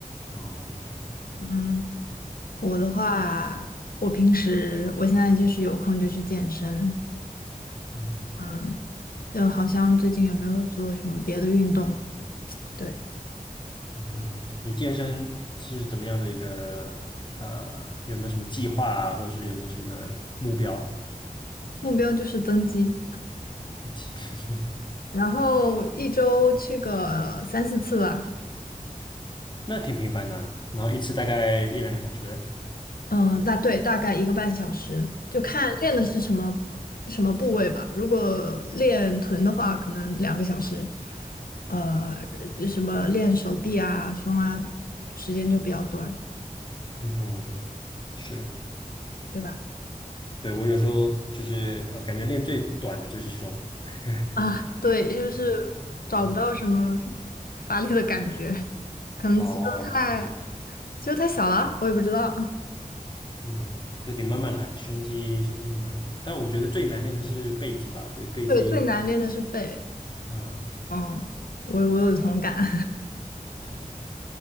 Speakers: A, on the left (about 30°); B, on the left (about 90°).
A: 哦，OK OK，
B: 嗯，我的话，我平时我现在就是有空就去健身，
A: 嗯。
B: 嗯，就好像最近也没有做什么别的运动，对，
A: 嗯，你健身是怎么样的一个呃，有没有什么计划啊，或者是有没有什么目标？
B: 目标就是增肌。
A: <laughs>
B: 然后一周去个三四次吧，
A: 那挺频繁的啊然后一次大概一两个小时。
B: 嗯，大对，大概一个半小时，就看练的是什么什么部位吧。
A: 嗯
B: 如果练臀的话，可能两个小时，呃，就什么练手臂啊、胸啊，时间就比较短，
A: 嗯哼，是，
B: 对吧？
A: 对，我有时候就是呃，感觉练最短的就是胸。<laughs>
B: 啊，对，就是找不到什么
A: 嗯嗯
B: 发力的感觉，可能肌肉太
A: 哦，
B: 肌肉太小了，我也不知道。
A: 嗯，这得慢慢来，胸肌胸肌慢慢，但我觉得最难练的是背肌吧，我觉得背肌，
B: 对，最难练的是背，
A: 嗯，
B: 嗯，我我有同感，
A: 对。